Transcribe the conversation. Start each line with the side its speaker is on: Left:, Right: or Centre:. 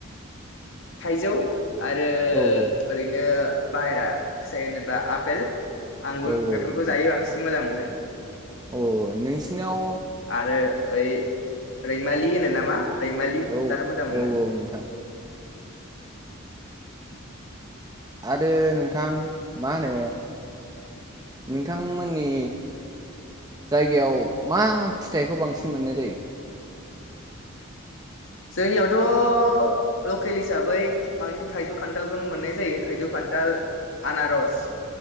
Left: थाइजौ आरो
Right: औ औ
Left: ओरैनो बाहेरा फिथाइ होनोब्ला आपेल आंगुर
Right: औ
Left: बेफोरखौ
Right: नोंथां
Left: जायो बांसिन मोजां मोनो।
Right: औ नोंसिनाव
Left: आरो ओइ रैमालि होनो नामा रैमालि
Right: औ
Left: जानो मोजां मोनो।
Right: औ नोंथां आरो नोंथां मा होनो नोंथांमोननि जायगायाव मा फिथाइखौ बांसिन मोननाय जायो।
Left: जोंनियावथ' लकेल हिसाबै बांसिन थाइजौ खान्थालखौनो मोननाय जायो थाइजौ खान्थाल। दाल आनारस